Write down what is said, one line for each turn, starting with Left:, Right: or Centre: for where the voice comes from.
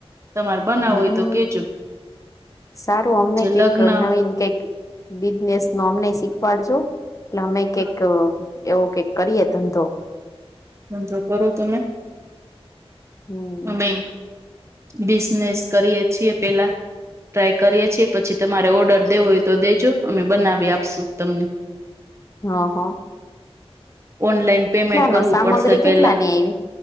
Right: તમારે બનાવો
Left: હમ્મ
Right: હોય તો કેજો
Left: સારું અમને
Right: જે
Left: કૈંક
Right: લગ્ન
Left: નવીન કૈંક બિઝનેસ નો અમને શીખવાડજો એટલે અમે કઈક
Right: હા
Left: એવો કઈક કરીએ ધંધો.
Right: તો કરો તમે
Left: હમ.
Right: અમે બિઝનેસ કરીએ છીએ પેલા ટ્રાય કરીએ છીએ પછી તમારે ઓર્ડર દેવો હોય તો દેજો અમે બનાવી આપશું તમને.
Left: હા હા
Right: ઓનલાઈન પેમેન્ટ કરવું
Left: નો સામગ્રી
Right: પડશે પેલા
Left: કેટલા ની આવી